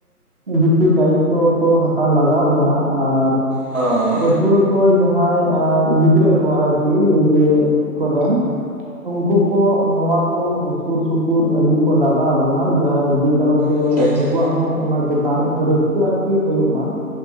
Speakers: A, on the right (about 35°); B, on the left (about 30°).
A: ᱵᱮᱥᱤ ᱫᱟᱭᱤᱛᱚ ᱠᱚ ᱦᱟᱛᱟᱣ ᱞᱟᱜᱟᱣ ᱵᱚᱱᱟ ᱟᱨ
B: ᱦᱳᱭ
A: ᱯᱟᱹᱴᱷᱩᱣᱟᱹ᱾ ᱠᱚ ᱡᱟᱦᱟᱸᱭ ᱟ ᱜᱤᱫᱽᱨᱟᱹ ᱠᱚ ᱟᱨᱠᱤ ᱱᱤᱡᱮ ᱠᱚᱨᱮᱱ᱾ ᱩᱱᱠᱩ ᱠᱚ ᱱᱚᱣᱟᱼᱼ ᱥᱩᱨ ᱥᱩᱯᱩᱨ ᱟᱹᱜᱩ ᱠᱚ ᱞᱟᱜᱟᱣ ᱟᱵᱚᱱᱟ ᱡᱟᱦᱟᱸ ᱡᱮ ᱠᱟᱨᱚᱱ ᱛᱮ
B: ᱟᱪᱪᱷᱟ ᱟᱪᱪᱷᱟ
A: ᱩᱱᱠᱩᱣᱟᱜ ᱦᱚᱸ ᱚᱱᱟᱼᱼ ᱪᱮᱛᱟᱱ ᱨᱟᱹᱥᱠᱟᱹ ᱟᱨᱠᱤ ᱦᱩᱭᱩᱜ ᱢᱟ